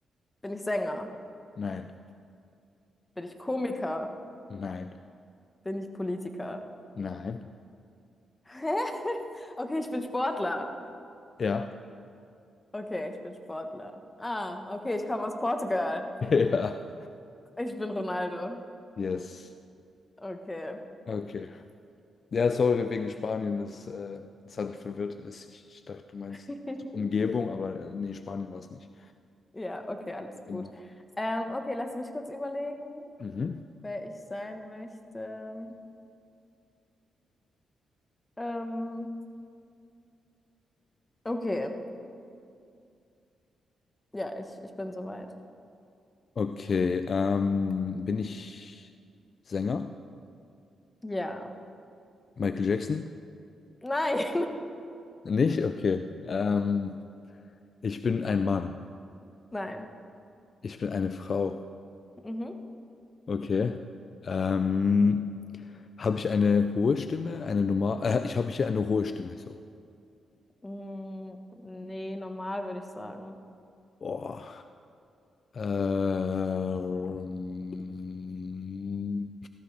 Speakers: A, on the left (about 20°); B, on the left (about 55°).
A: Bin ich Sänger?
B: nein,
A: Bin ich Komiker?
B: nein,
A: Bin ich Politiker?
B: nein.
A: Hä? <laughs> Okay, ich bin Sportler.
B: Ja,
A: Okay, ich bin Sportler. Ah, okay, ich komme aus Portugal.
B: <laughs> ja,
A: Ich bin Ronaldo.
B: yes.
A: Okay.
B: Okay. Ja, sorry, wegen Spanien ist, äh, es hat mich verwirrt. ist Ich, ich dachte, du meinst
A: <laughs>
B: Umgebung, aber äh, nee, Spanien war es nicht.
A: Ja, okay, alles gut.
B: Genau.
A: Ähm, okay, lass mich kurz überlegen,
B: Mhm.
A: wer ich sein möchte. Ähm, okay, ja, ich, ich bin soweit.
B: Okay, ähm, bin ich Sänger?
A: Ja.
B: Michael Jackson?
A: Nein.
B: Nicht? Okay. Ähm, Ich bin ein Mann.
A: <laughs> Nein.
B: Ich bin eine Frau.
A: Mhm.
B: Okay. Ähm, habe ich eine hohe Stimme? Eine normal? Äh, ich habe hier eine hohe Stimme. So.
A: Mm, nee, normal würde ich sagen.
B: Boah. Ähm,